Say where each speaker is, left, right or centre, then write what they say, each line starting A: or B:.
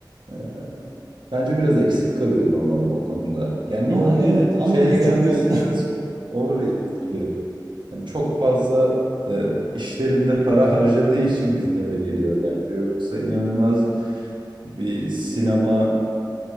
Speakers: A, on the right; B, on the right.
A: e, Bence biraz eksik kalıyor Nolan o konuda. Yani
B: Ya
A: Nolan'ın
B: evet ama
A: şeye gelmesi
B: çok re...
A: biraz overrated gibi. Hani çok fazla e, işlerinde para <laughs> harcadığı için gündeme geliyor bence. Yoksa inanılmaz bir sinema